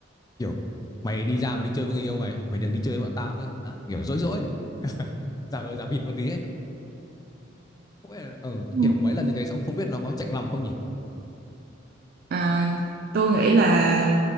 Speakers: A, on the left; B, on the right.
A: kiểu mày đi ra mà đi chơi với người yêu mày ấy, mày đừng đi chơi với bọn tao nữa à, kiểu dỗi dỗi ấy, giả vờ giả vịt một tí ấy không biết là, ờ,
B: Ừ.
A: kiểu mấy lần như thế xong không biết nó có chạnh lòng không nhỉ
B: à, tôi nghĩ là